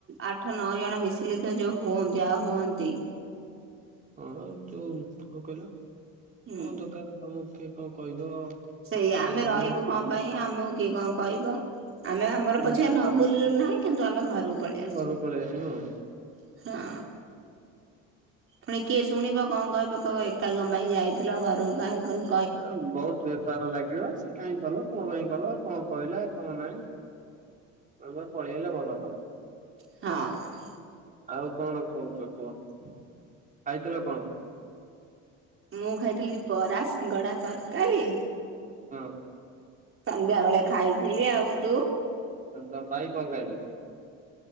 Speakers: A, on the right; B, on the right.
A: ଆଠ ନଅ ଜଣ ମିଶିଲେ ତ ଯୋଉ ହୁଅ ଯାହା ହୁଅନ୍ତି
B: ହଁ ଆଉ ଯୋଉ କଣ କହିଲ
A: ହୁଁ
B: କଣ ଦର୍କାର୍ ତମକୁ କିଏ କଣ କହିବ
A: ସେୟା
B: କଣ
A: ଆମେ
B: କରିବ
A: ରହିବୁ କଁ ପାଇଁ ଆମକୁ କିଏ କଣ କହିବ ଆମେ ଆମର
B: ହୁଁ।
A: ପଛେ ନ ବୁଲିଲୁ ନାହିଁ କିନ୍ତୁ ଆମେ ଘରକୁ ପଳି
B: ହୁଁ,
A: ଆସୁ
B: ଘରକୁ ପଳେଇ ଆସିବୁ ଆଉ
A: ହଁ ପୁଣି କିଏ ଶୁଣିବ କଣ କହିବ କହିବ ଏକା କଁ ପାଇଁ ଯାଇଥିଲ ଘରକୁ କାହିଁ କୁନୁ
B: ଏଁ ବହୁତ୍ ବେପାର ଲାଗିବ ସେ କାହିଁ କଲ? କଣ ପାଇଁ କଲ କଣ କହିଲା କଣ ନାଇଁ ତମେ ପଳେଇ ଆଇଲ ଭଲ କଲ?
A: ହଁ।
B: ଆଉ କଣ କହୁଛ କୁହ ଖାଇଥିଲ କଣ?
A: ମୁଁ ଖାଇଥିଲି ବରା ସିଙ୍ଗଡା ତରକାରୀ
B: ହଁ।
A: ସନ୍ଧ୍ୟାବେଳେ ଖାଇଥିଲି ଆଉ। ତୁ?
B: ଆଉ ତମ ଭାଇ କଣ ଖାଇ ଥିଲେ?